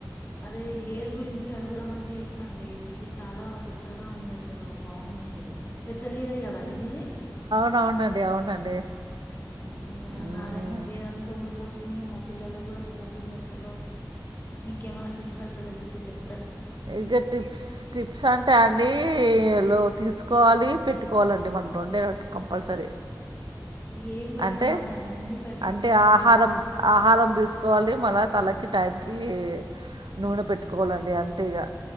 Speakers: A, on the left; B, on the right.
A: అదే హెయిర్ గురించి అడుగుదామని చేసినాండి ఇది చాలా పెద్దగా ఉంది అసలు బాగుంది మీది పెద్ద హెయిరే కదండి మీది
B: అవునండి అవునండి
A: ఉ
B: ఉమ్
A: నాదేమో హెయిర్ అంతా ఊడిపోతుంది మా పిల్లలకి కూడా పోతుంది అసలు మీకేమన్నా టిప్స్ అట్లా తెలిస్తే చెప్
B: ఇంకా టిప్స్ టిప్స్ అంటే అండి లో తీసు కోవాలి పెట్టుకోవాలండి మన రొండే కంపల్సరీ
A: ఏం పెడతామండి
B: అంటే
A: అన్ని పెట్టుకుంటనే
B: అంటే
A: ఉన్నాం
B: ఆహారం ఆహారం తీసుకోవాలి మళ తలకి టైం కి నూనె పెట్టుకోవాలండి అన్ తేగా